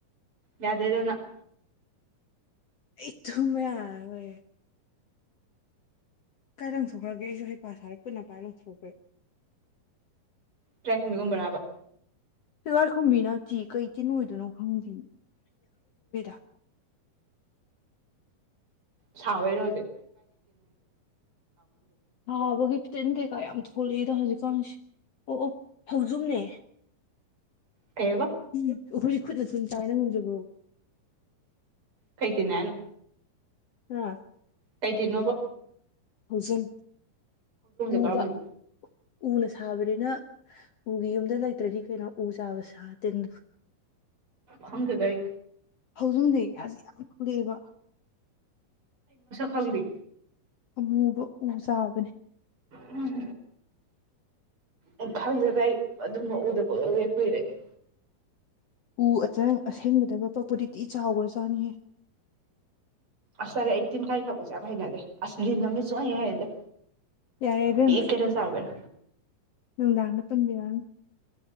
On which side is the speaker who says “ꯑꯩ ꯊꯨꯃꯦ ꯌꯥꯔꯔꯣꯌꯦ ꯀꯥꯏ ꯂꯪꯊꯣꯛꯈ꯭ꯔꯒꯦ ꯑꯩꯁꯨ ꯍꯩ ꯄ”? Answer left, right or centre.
Left